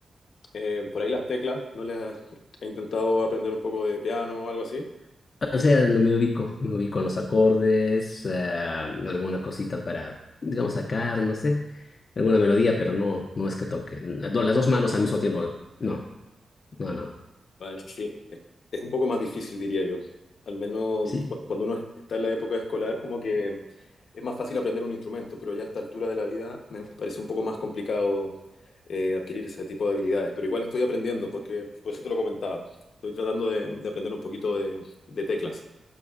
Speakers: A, on the left; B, on the left.
A: Eh, por ahí las teclas, ¿no les has- he intentado aprender un poco de piano o algo así?
B: O sea, no me ubico, me ubico en los acordes, eh, alguna cosita para, digamos, sacar, no sé, alguna melodía, pero no, no es que toque. No, Las dos manos al mismo tiempo, no, no, no,
A: Vale, sí. Es es un poco más difícil, diría yo. Al menos
B: sí,
A: cu- cuando uno está en la época escolar, como que es más fácil aprender un instrumento, pero ya a esta altura de la vida me parece un poco más complicado eh, adquirir ese tipo de habilidades. Pero igual estoy aprendiendo, porque por eso te lo comentaba. Estoy tratando de, de aprender un poquito de, de teclas